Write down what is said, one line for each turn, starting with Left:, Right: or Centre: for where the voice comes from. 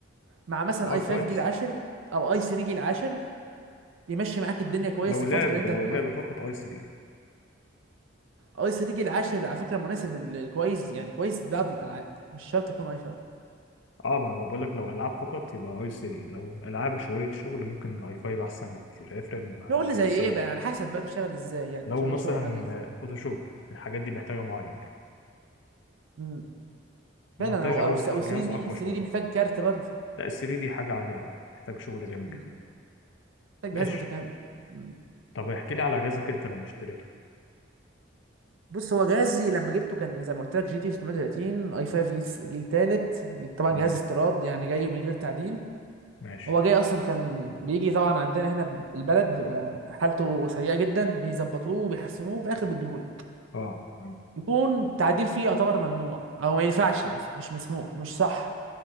Right: مع مثلا
Left: اه
Right: اي 5
Left: كويس
Right: جيل 10 او اي 3 جيل 10 يمشي معاك الدنيا كويس
Left: لو
Right: في الفتره
Left: لعب
Right: اللي انت
Left: لو
Right: هتكون
Left: لعب
Right: مزنوق
Left: فقط اي 3
Right: اي 3 جيل 10 على فكره مناسب للكويس يعني كويس لبعض الالعاب مش شرط يكون اي 5
Left: اه ما انا بقول لك لو العاب فقط يبقى اي 3 لو العاب شويه شغل ممكن اي 5 احسن بكتير هيفرق مع مع
Right: شغل
Left: اللي
Right: زي
Left: بيستخدم
Right: ايه بقى
Left: جامد
Right: على حسب بقى بتشتغل ازاي يعني
Left: لو
Right: شغل-
Left: مثلا
Right: ايه شغلك عامل ازاي
Left: فوتوشوب الحاجات دي محتاجه معالج
Right: مم.
Left: مونتاج
Right: فعلا هو
Left: عاوز
Right: او
Left: ح-
Right: 3
Left: جهاز
Right: دي
Left: اقوى
Right: 3
Left: شويه
Right: دي محتاج كارت برضه
Left: لا ال 3 دي حاجه عاليه قوي محتاج شغل جامد
Right: مم.
Left: جدا
Right: محتاج
Left: ماشي
Right: جهاز متكامل مم.
Left: طب احكي لي على جهازك انت لما اشتريته
Right: بص هو جهازي لما جبته كان زي ما قلت لك جي تي 630 اي 5 جيل جيل تالت طبعا
Left: تمام
Right: جهاز استيراد يعني جاي من غير تعديل
Left: ماشي
Right: هو جاي اصلا كان بيجي طبعا عندنا هنا البلد بتبقى حالته سيئه جدا بيظبطوه وبيحسنوه وفي الاخر بيديهولك
Left: اه تمام.
Right: يكون التعديل فيه يعتبر ممنوع او ما ينفعش اصلا مش مسموح مش صح